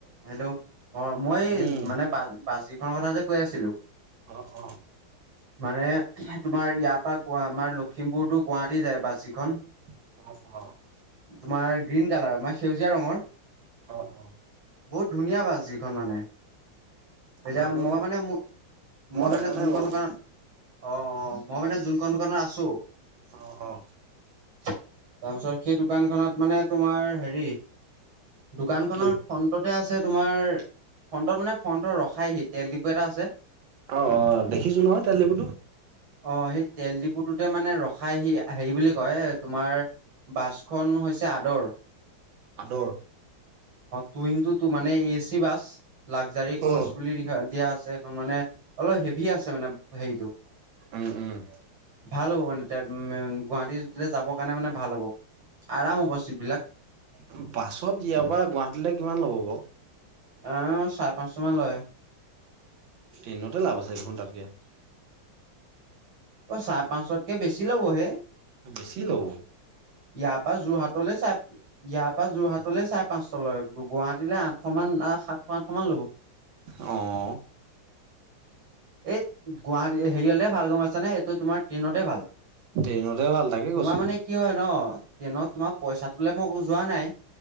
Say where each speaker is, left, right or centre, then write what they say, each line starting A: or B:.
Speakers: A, on the right; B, on the right.
A: Hello, অ, মই এই
B: উম
A: মানে বা বাছ যিখনৰ কথা যে কৈ আছিলোঁ
B: অ অ
A: <inaudible> মানে <unintelligible> তোমাৰ ইয়াৰ পা কুৱা আমাৰ লখিমপুৰতো গুৱাহাটী যায় বাছ যিখন।
B: <unintelligible>
A: তোমাৰ গ্ৰীণ কালাৰ মানে সেউজীয়া ৰঙৰ
B: অ', অ',
A: বহুত ধুনীয়া বাছ যিখন মানে। এতিয়া
B: অ জানো
A: মই মানে মু মই মানে
B: দেখা
A: যোনখন
B: নাই বাৰু
A: দোকানত অ', অ', মই মানে যোনখন দোকানত আছো
B: অ', অ',
A: তাৰপিছত সেই দোকান খনত মানে তোমাৰ হেৰি দোকানখনৰ
B: কি
A: ফ্ৰনটতে আছে তোমাৰ ফ্ৰন্টত মানে ফ্ৰন্টৰ ৰখ খাইহি তেল ডিপু এটা আছে
B: অ অ দেখিছো নহয় তেল ডিপুটো
A: অ, সেই তেল ডিপুটোতে মানে ৰসাই সি হেৰি বুলি কয় এ তোমাৰ বাছখন হৈছে আদৰ
B: আদৰ।
A: টু ইন টু মানে A C bus. Luxury course
B: উম
A: বুলি লিখা দিয়া আছে সেইখন মানে অলপ হেভি আছে মানে হেইটো।
B: উম-উম
A: ভাল হ'ব মানে <unintelligible> গুৱাহাটীলে যাব কাৰণে মানে ভাল হ'ব আৰাম হব চিটবিলাক।
B: উম, বাছত ইয়াৰ পা গুৱাহাটীলৈ কিমান ল'ব ব?
A: আ, চাৰে পাঁচশ মান লয়।
B: ট্ৰেইনতে লাভ আছে দেখোন তাতকে।
A: অ, চায়ে পাঁচশতকে বেছি ল'বহে।
B: উম, বেছি ল' ব।
A: ইয়াৰ পা যোৰহাটলে চাই ইয়াৰ পা যোৰহাটলে চাই পাঁচশ লয় গুৱাহাটীলে আঠ সমান আহ সাতশ, আঠশ মান ল'ব।
B: অ',
A: এইত গুৱাহাটী হেৰি হলে ভাল গম পাইছ নে তোমাৰ ট্ৰেইনতে ভাল
B: ট্ৰেইনতে ভাল তাকে
A: তোমাৰ
B: কৈছো
A: মানে কি হয় ন ট্ৰেইনত তোমাৰ পইচাটোলে মই যোৱা নাই